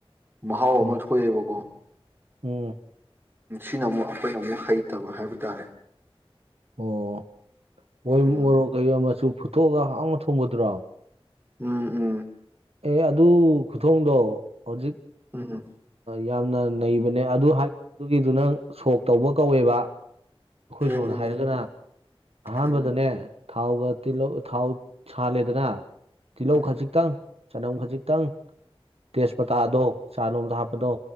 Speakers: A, on the right (about 20°); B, on the right (about 80°).
A: ꯃꯍꯥꯎ
B: ꯎꯝ
A: ꯑꯃ ꯊꯣꯛꯑꯦꯕꯀꯣ
B: ꯎꯝ
A: ꯁꯤꯅ ꯑꯃꯨꯛ ꯑꯩꯈꯣꯏꯅ ꯑꯃꯨꯛ ꯍꯩꯇꯕ ꯍꯥꯏꯕ ꯇꯥꯔꯦ
B: ꯑꯣ ꯃꯣꯏ
A: ꯎꯝ
B: ꯃꯣꯔꯣꯛ ꯀꯩ ꯃꯆꯨ ꯐꯨꯠꯇꯣꯛꯑꯒ ꯍꯥꯎꯅ ꯊꯣꯡꯕꯗꯨꯔꯣ
A: ꯎꯝ ꯎꯝ
B: ꯑꯦ ꯑꯗꯨ ꯈꯨꯊꯣꯡꯗꯣ ꯍꯧꯖꯤꯛ
A: ꯎꯝ ꯎꯝ
B: ꯌꯥꯝꯅ ꯅꯩꯕꯅꯦ ꯑꯗꯨ ꯍꯥꯏꯗꯨꯒꯤꯗꯨ ꯅꯪ ꯁꯣꯛ ꯇꯧꯕ ꯀꯧꯋꯦꯕ ꯑꯩꯈꯣꯏ
A: ꯎꯝ ꯎꯝ
B: ꯁꯣꯝꯗ ꯍꯥꯏꯔꯒꯅ ꯑꯍꯥꯟꯕꯗꯅꯦ
A: ꯎꯝ
B: ꯊꯥꯎꯒ ꯇꯤꯜꯍꯧ ꯊꯥꯎ ꯁꯥꯜꯂꯦꯗꯅ ꯇꯤꯜꯍꯧ
A: ꯎꯝ ꯎꯝ ꯎꯝ
B: ꯈꯖꯤꯛꯇꯪ ꯆꯅꯝ ꯈꯖꯤꯛꯇꯪ ꯇꯦꯖꯄꯇꯥꯗꯣ ꯆꯥ ꯂꯣꯟꯗ ꯍꯥꯞꯄꯗꯣ